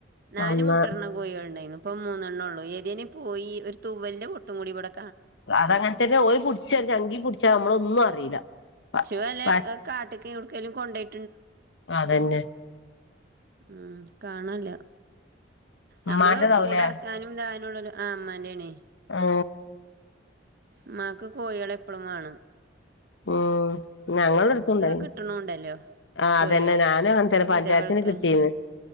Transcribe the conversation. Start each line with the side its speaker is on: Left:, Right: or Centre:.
Right: നാല്
Left: അന്നാ
Right: മുട്ട ട്ന്ന കോഴികൾ ഉണ്ടായിരുന്നു ഇപ്പ മൂന്നെണ്ണം ഒള്ളൂ ഏതേന പോയി ഒരു തുവലിന്റെ പൊട്ടും കൂടി വടെ
Left: അതങ്ങനെ തന്നെ ഓല് പിടിച്ച ചങ്കി പിടിച്ചാ നമ്മള ഒന്നും അറിയില്ല.....
Right: ച്ച് വല്ല
Left: പ
Right: കാട്ട്ക്കും എവിടുക്കലും കൊണ്ടോയി
Left: അതന്നെ.
Right: ഉം കാണാല്ല
Left: ഉമ്മാന്റെതാവൂലേ
Right: നമ്മള് കൂടെടക്കാനും താ ആ മ്മാൻ്റെയ്നി
Left: ഓ
Right: മ്മാക്ക് കോഴികളെ എപ്പളും വേണം.
Left: ഉം ഞങ്ങളുടെ അടുത്തുണ്ടായി നി
Right: കിട്ട്ണൂണ്ടല്ലോ
Left: ആ അതന്നെ
Right: കോഴികള്
Left: ഞാന് അങ്ങൻതന്നെ
Right: വിധവകൾക്ക്
Left: പഞ്ചായത്തിന് കിട്ടീന്ന്